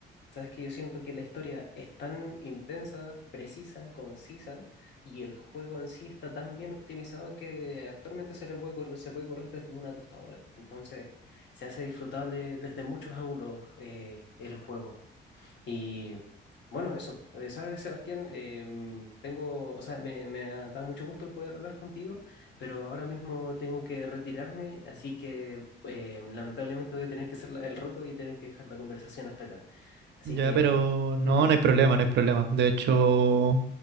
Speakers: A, on the left; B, on the right.
A: Sabes que yo siento que la historia es tan intensa, precisa, concisa, y el juego en sí está tan bien optimizado que actualmente se le puede correr, se puede correr desde una tostadora. Entonces, se hace disfrutable desde muchos ángulos eh, el juego. Y bueno, eso. Eh, Sabes, Sebastián, Em, tengo, o sea, me, me ha dado mucho gusto el poder hablar contigo, pero ahora mismo tengo que retirarme, así que eh, lamentablemente voy a tener que hacer la- el roto y tener que dejar la conversación hasta acá. Así
B: Ya,
A: que
B: pero no,
A: Ujú.
B: no hay problema, no hay problema. De hecho,